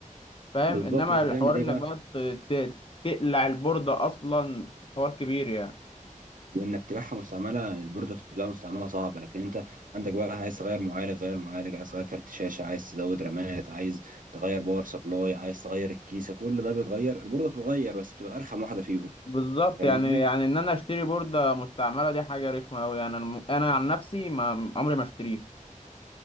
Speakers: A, on the left (about 40°); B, on the right (about 80°).
A: فاهم
B: بالظبط
A: انما
B: انت
A: الحوار
B: تعمل
A: انك
B: ايه بقى
A: بقى ت- ت- تقلع البورده اصلا حوار كبير يعني
B: وانك تبيعها مستعمله البورده بتبقى مستعمله صعبه لكن انت عندك بقى عايز تغير معالج غير معالج عايز تغير كارت شاشه عايز تزود رامات عايز تغير باور سبلاي عايز تغير الكيسه كل ده بيتغير البورده بتتغير بس بتبقى ارخم واحده فيهم
A: بالظبط
B: فاهم
A: يعني
B: قصدي
A: يعني ان انا اشتري بورده مستعمله دي حاجه رخمه قوي يعني انا انا عن نفسي ما عمري ما اشتريها